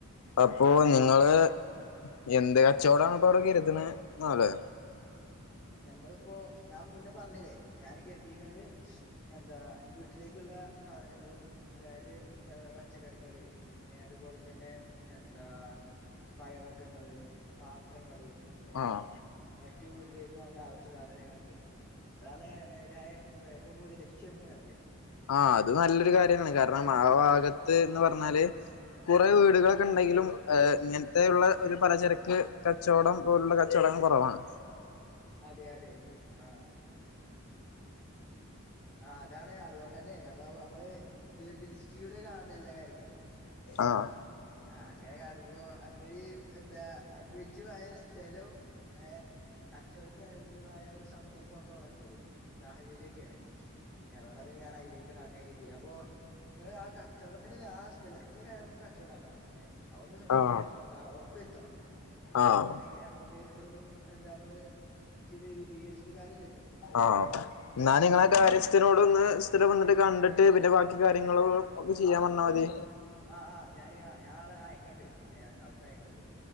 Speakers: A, on the left; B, in the centre.
A: അപ്പൊ
B: ഏഹ്
A: നിങ്ങള് എന്ത് കച്ചോടണപ്പ അവിടെ കര്ത്ണെ <unintelligible>
B: ഞമ്മളിപ്പോ ഞാൻ മുന്നേ പറഞ്ഞില്ലേ ഞാൻ കരുതീക്കണത് എന്താ വീട്ടിലേക്കുള്ള സാധനങ്ങളും അതായത് ഏഹ് പച്ചക്കറികള് ഏഹ് അതുപോലെ തന്നെ എന്താ പഴവർഗ്ഗങ്ങള്, പാത്രങ്ങള് ഏഹ്
A: ആഹ്
B: മറ്റു വീട്ടിലേ വേണ്ട ആവിശ്യ സാധനങ്ങളൊക്കെ അതാണ് ഞാൻ ഏറ്റവും കൂ ടുതല് ലക്ഷ്യമിടുന്ന കാര്യം
A: ആഹ്
B: ഏഹ്
A: അത് നല്ലൊരു കാര്യാണ് കാരണം ആ ഭാഗത്ത് എന്ന് പറഞ്ഞാല് കുറെ വീടുകളൊക്കെ ഉണ്ടെങ്കിലും ഇങ്ങനത്തെ ഉള്ള ഒരു പലചരക്ക് കച്ചവടം പോലുള്ള കച്ചവടങ്ങൾ കുറവാണ്
B: അതെ അതെ ആഹ് ആഹ് അതാണ് അതുകൊണ്ട് തന്നെ ഞമ്മള് നമ്മള് ദീർഘദൃഷ്ടിയോടെ കാണണ്ടേ എല്ലാ കാര്യങ്ങളും ഏഹ്
A: ആഹ്
B: അങ്ങനെ കാണുമ്പോ അത് എന്താ അനുയോജ്യമായ ഒരു സ്ഥലവും ഏഹ് കച്ചവടത്തിന് അനുയോജ്യമായ ഒരു സന്ദർഭമാണ് ഇപ്പ അവിടെ ഉള്ളത് സാഹചര്യമൊക്കെയാണ് ഏതോണ്ടങ്ങ് ഞാനായി ജയിക്കണം അങ്ങനെ എഴുതിയ അപ്പോ നിങ്ങൾ ആ കച്ചവടത്തിന്റെ ആ സ്ഥലത്തിന്റെ കാര്യം നമുക്ക് ചൂടാക്കണം ഏഹ് അതൊന്ന് ഏഹ്
A: ആഹ്
B: ന്താ ഉറപ്പ് വരുത്തണം
A: ആഹ്
B: അല്ലേ ഇപ്പൊ എങ്ങനെ നമ്മ ക്ക് തോന്നും എന്താ നമ്മള് <unintelligible> ച്ചിട്ട് കാര്യാല്ലല്ലോ
A: ആഹ് നാന് നിങ്ങളെക്കെ കാര്യസ്ഥനോട് ഇന്ന് സ്ഥലം വാങ്ങ കണ്ടിട്ട് പിന്നെ ബാക്കി കാര്യങ്ങള് ഒക്കെ ചെയ്യാൻ പറഞ്ഞാൽ മതി
B: ആഹ് ആഹ് ഞാന് ആഹ് ഞാൻ ആളെ അയക്കണ്ട് ഞ അവിടക്ക് അയക്കണ്ട്